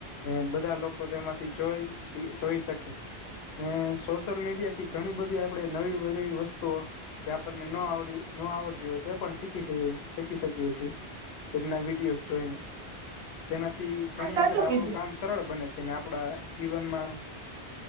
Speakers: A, on the left; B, on the right.
A: ને બધા લોકો તેમાંથી જોઈ જોઈ શકે, ને સોશિયલ મીડિયા થી ઘણી બધી આપણે નવીવી વસ્તુઓ. જે આપણને નો આવડી નો આવડતી હોય તે પણ શીખી શીખી શકીએ છીએ. તેમના વિડીયોજ જોઈને જેનાથી ઘણી
B: હા સાચું
A: વખત
B: કીધું
A: આપણું કામ સરળ બને છે ને આપડા જીવનમાં